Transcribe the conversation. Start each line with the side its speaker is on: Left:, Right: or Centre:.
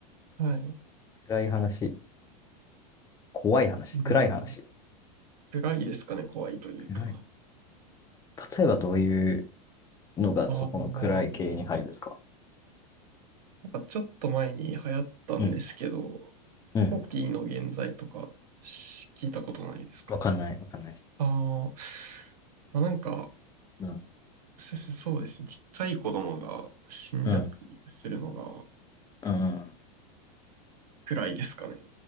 Right: はい。
Left: 暗い話、怖い話、
Right: うん。
Left: 暗い話。
Right: 暗いですかね、怖いというか。
Left: 暗い。例えばどういうのがそこの暗い系に入るんですか
Right: ああ、なんかちょっと前に流行ったんですけど、
Left: うん、うん。
Right: コピーの現在とかし聞いたことないですか
Left: わかんない、わかんないです。
Right: ああ、まあ、なんか、
Left: うん、
Right: すそうですね、ちっちゃい子供が死んじゃったりするのが
Left: うん、うん、うん。
Right: 暗いですかね。